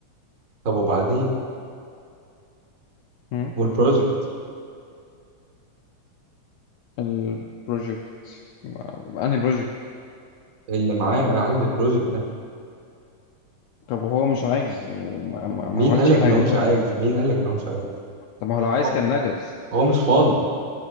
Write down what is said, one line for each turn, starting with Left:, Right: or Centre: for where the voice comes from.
Right: طب وبعدين
Left: هم؟
Right: والبروجكت
Left: البروجكت ما- انهي بروجكت
Right: اللي معايا انا عايز البروجكت ده
Left: طب وهو مش عايز وما ما ما
Right: مين
Left: عملش
Right: قال لك
Left: حاجه
Right: ان هو مش
Left: طيب
Right: عايز مين قال لك ان هو مش عايز
Left: طب ما هو لو عايز
Right: هو
Left: كان نجز
Right: هو مش فاضي